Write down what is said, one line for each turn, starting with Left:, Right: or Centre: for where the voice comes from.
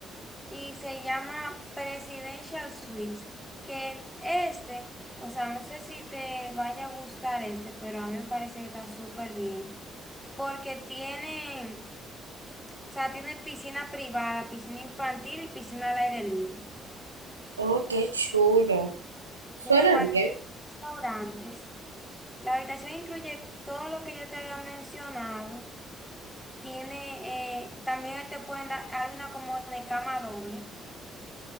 Centre: y se llama Presidential Suites, que este, o sea, no sé si te vaya a gustar este, pero a mí me parece que está súper bien, porque tiene, o sea, tiene piscina privada, piscina infantil y piscina al aire libre.
Right: Oh, qué chulo. Suena
Centre: Tiene igual
Right: bien.
Centre: nueve restaurantes. La habitación incluye todo lo que yo te había mencionado. Tiene, eh, también te pueden dar, hay una como de cama doble.